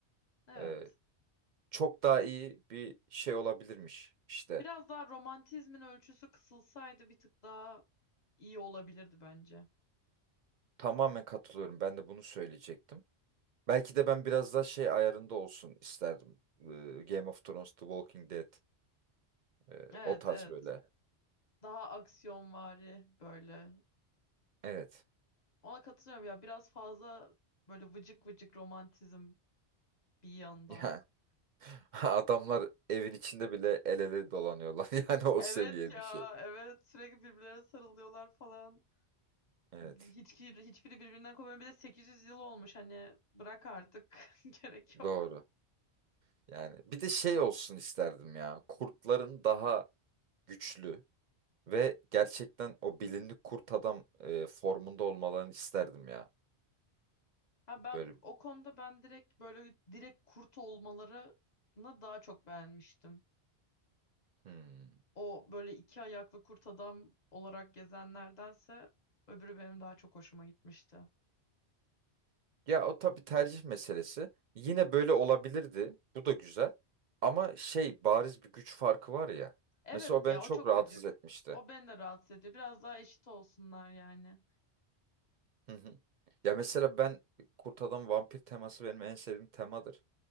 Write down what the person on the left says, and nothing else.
Evet.
Biraz daha romantizmin ölçüsü kısılsaydı bir tık daha iyi olabilirdi bence.
Evet
evet.
Daha aksiyonvari böyle.
Ona katılıyorum ya biraz fazla böyle vıcık vıcık romantizm bir yandan.
Evet
ya
evet sürekli birbirlerine sarılıyorlar falan.
Hiç, hiçbiri birbirinden kopmuyor. Bir de 800 yıl olmuş hani bırak artık <laughs> gerek yok.
Ha bak
o konuda ben direkt böyle direkt kurt olmalarını daha çok beğenmiştim.
O böyle iki ayaklı kurt adam olarak gezenlerdense öbürü benim daha çok hoşuma gitmişti.
Evet
ya
o çok
gıcık.
O beni de rahatsız ediyor. Biraz daha eşit olsunlar yani.